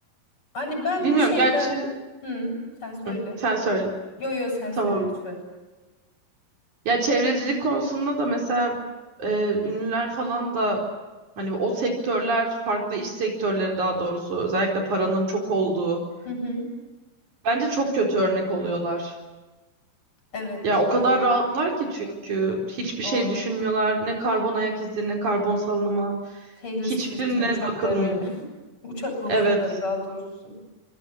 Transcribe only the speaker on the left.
hani ben
bu şeyden
hı sen söyle.
Yo yo sen
söyle lütfen.
Hı hı.
Evet
doğru
doğru.
Taylor
Swift'in uçakları
<laughs> uçak yolculukları
daha doğrusu.